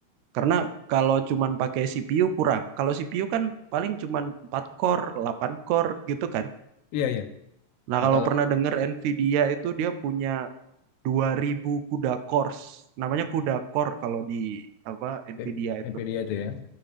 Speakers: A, on the right; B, on the left.
A: Karena kalau cuman pakai CPU kurang. Kalau CPU kan paling cuman 4 core, 8 core gitu kan.
B: iya iya
A: Nah,
B: nah
A: kalau
B: kalau
A: pernah dengar Nvidia itu dia punya 2000 kuda cores. Namanya kuda core kalau di apa
B: P-
A: Nvidia itu.
B: NVIDIA itu ya